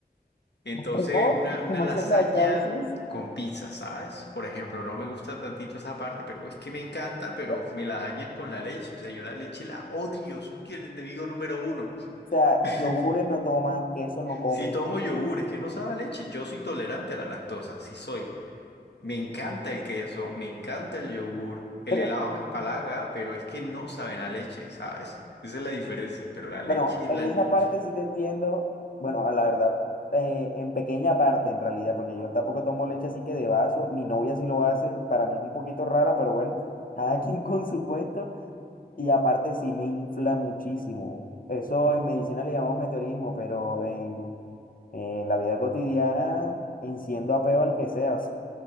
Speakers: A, on the left; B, on the left.
A: Entonces,
B: ¿Cómo?
A: una, una
B: ¿Cómo
A: lasaña
B: hacen las salsas?
A: con pizza, ¿sabes? Por ejemplo, no me gusta tantito esa parte, pero es que me encanta, pero
B: O
A: me la dañan con la leche. O sea, yo la leche la odio, soy el enemigo número uno.
B: sea,
A: <laughs>
B: yogures no tomas, queso no comes.
A: Si tomo yogur, es que no sabe a leche. Yo soy tolerante a la lactosa, sí soy. Me encanta el queso, me encanta el yogur, el
B: <laughs>
A: helado me empalaga, pero es que no saben a leche, ¿sabes? Esa es la diferencia, pero la
B: Bueno,
A: leche,
B: en
A: la
B: esa
A: leche.
B: parte sí te entiendo. Bueno, a la verdad, eh, en pequeña parte en realidad, porque yo tampoco tomo leche así que de vaso. Mi novia sí lo hace. Para mí es un poquito rara, pero bueno, <laughs> cada quien con su cuento. Y aparte sí me infla muchísimo. Eso en medicina le llamamos meteorismo, pero en, en la vida cotidiana enciendo a peo al que sea. O sea,